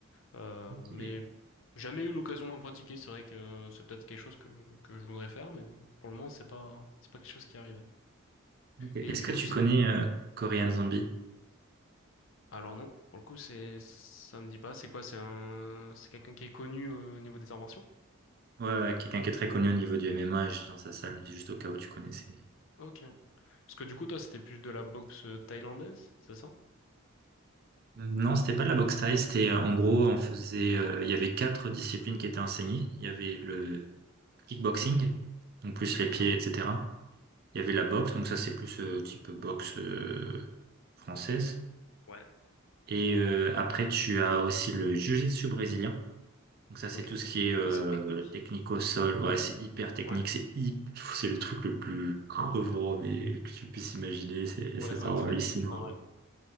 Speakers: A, on the left (about 70°); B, on the right (about 50°).
A: Euh,
B: Ok.
A: mais jamais eu l'occasion d'en pratiquer. C'est vrai que c'est peut-être quelque chose que, que je voudrais faire, mais pour le moment, c'est pas, c'est pas quelque chose qui arrive.
B: Ok. Est-ce
A: Et du
B: que
A: coup,
B: tu
A: c'est
B: connais euh, Korean Zombie?
A: alors non, pour le coup, c'est, ça me dit pas. C'est quoi? C'est un, c'est quelqu'un qui est connu euh, au niveau des arts martiaux?
B: Ouais, ouais, quelqu'un qui est très connu au niveau du MMA, et j'étais dans sa salle, mais juste au cas où tu connaissais.
A: Ok. Parce que du coup, toi, c'était plus de la boxe thaïlandaise, c'est ça?
B: Non, c'était pas de la boxe thaï, c'était euh, en gros, on faisait, euh, il y avait quatre disciplines qui étaient enseignées. Il y avait le kickboxing, donc plus
A: D'accord.
B: les pieds, etc. Il y avait la boxe, donc ça c'est plus euh, type boxe euh, française.
A: Ouais.
B: Et euh, après, tu as aussi le jiu-jitsu brésilien. Donc ça c'est
A: Ok.
B: tout ce qui est euh,
A: Ça, c'est technique.
B: technique au sol. Ouais, c'est hyper technique,
A: Ouais.
B: c'est hy- c'est le truc le plus crevant mais que tu puisses imaginer. C'est
A: Ouais,
B: c'est
A: ça
B: vraiment
A: te fatigue
B: hallucinant.
A: pas mal. <laughs> quoi.